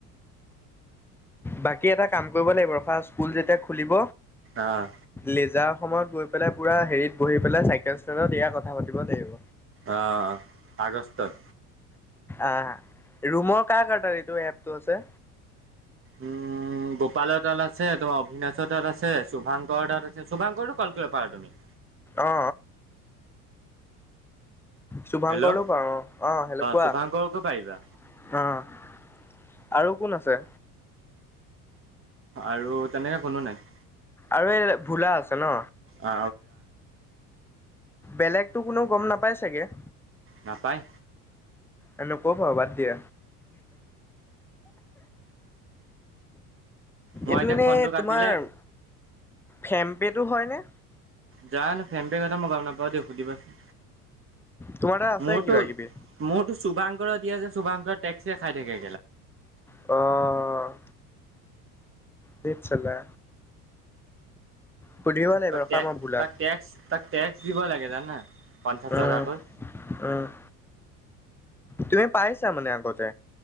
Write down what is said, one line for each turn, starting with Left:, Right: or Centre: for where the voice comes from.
Centre: বাকী এটা কাম কৰিব লাগিব। ফাষ্ট স্কুল যেতিয়া খুলিব
Right: অ',
Centre: লেজাৰ সময়ত গৈ পেলাই পুৰা হেৰিত বহি পেলাই চাইকেল ষ্টেডত এ কথা পাতিব লাগিব।
Right: অ, আগষ্টত।
Centre: আহ, ৰুমৰ কাৰ কাৰ তাত এইটো এপটো আছে?
Right: উম', গোপালৰ দাল আছে, তোমাৰ অভিনাচৰ তাত আছে শুভাংকৰ তাত আছে, শুভাংকৰটো কল কৰিব পাৰা তুমি।
Centre: অ শুভাংকৰটো
Right: হেল্ল'
Centre: পা <unintelligible> ৰো অ', অ', হেল্ল' কোৱা।
Right: শুভাংকৰকো পাৰিবা
Centre: অ', আৰু কোন আছে?
Right: আৰু তেনেকে কোনো নাই।
Centre: আৰু এই ভোলা আছে ন।
Right: অ
Centre: বেলেগতো কোনো গম নাপাই চাগে।
Right: নাপায়।
Centre: এ', নকউ আৰু বাদ দিয়া।
Right: মই
Centre: এইটো
Right: এতিয়া
Centre: এনে
Right: ফোনটো কাটিলে
Centre: তোমাৰ ফেম্পেটো হয় নে?
Right: যানো ফেম্পে কথা মই গম নাপাওঁ হয় দিয়ক সুধিবাচোন,
Centre: তোমাৰ তাত আছে
Right: মোৰতো
Centre: কিবা কিবি
Right: মোৰতো চুভাং দিয়ে শুভাংশ টেক্স খাই থাকে
Centre: অ', ধেত চালা। সুধিব লাগিব
Right: তাক
Centre: ৰখা
Right: টেক্স,
Centre: মই ভোলাক
Right: তাক টেক্স, তাক টেক্স দিব লাগে জানা পঞ্চাশ টকাকৈ।
Centre: উম উম', তুমি পাইছা মনে আগতে।